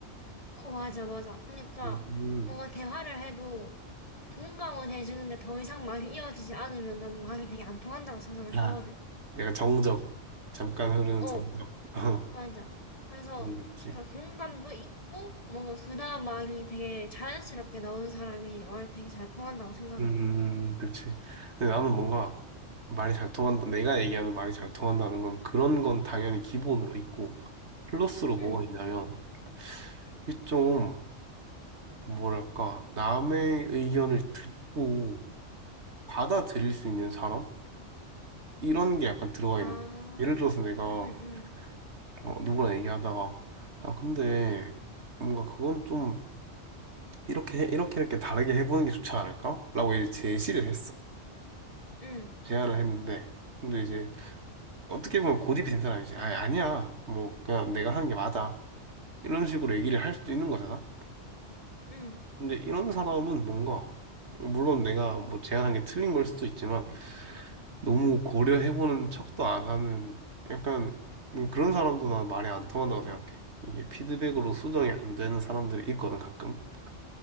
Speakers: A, on the left; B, on the right.
A: 어, 맞아, 맞아. 그러니까
B: 음
A: 뭔가 대화를 해도 공감은 해주는데 더 이상 말이 이어지지 않으면 나는 말이 되게 안 통한다고 생각을
B: 아.
A: 하거든.
B: 약간 정적 잠깐 흐르는
A: 어,
B: 정적 <laughs> 어
A: 맞아. 그래서
B: 그런 게 있지
A: 그러니까 공감도 있고 뭔가 그 다음 말이 되게 자연스럽게 나오는 사람이 말이 되게 잘 통한다고 생각을
B: 음
A: 해.
B: 그치 근데 나는 뭔가 말이 잘 통한다 내가 얘기하는 말이 잘 통한다는 건 그런 건 당연히 기본으로 있고 플러스로 뭐가
A: 응.
B: 있냐면 이게 좀 뭐랄까, 남의 의견을 듣고 받아들일 수 있는 사람? 이런 게 약간 들어가
A: 아,
B: 있는. 예를 들어서 내가
A: 응, 응,
B: 어, 누구랑 얘기하다가, 아, 근데 뭔가 그건 좀 이렇게, 해- 이렇게, 이렇게 다르게 해보는 게 좋지 않을까? 라고 이제 제시를 했어.
A: 응,
B: 제안을 했는데. 근데 이제 어떻게 보면 고집이 된 사람이지. 아, 아니야. 뭐, 그냥 내가 하는 게 맞아. 이런 식으로 얘기를 할 수도 있는 거잖아.
A: 응,
B: 근데 이런 사람은 뭔가, 물론 내가 뭐 제안한 게 틀린 걸 수도 있지만, 너무 고려해보는 척도 안 하는 약간 음, 그런 사람도 난 말이 안 통한다고 생각해. 이게 피드백으로 수정이 안 되는 사람들이 있거든 가끔. <laughs>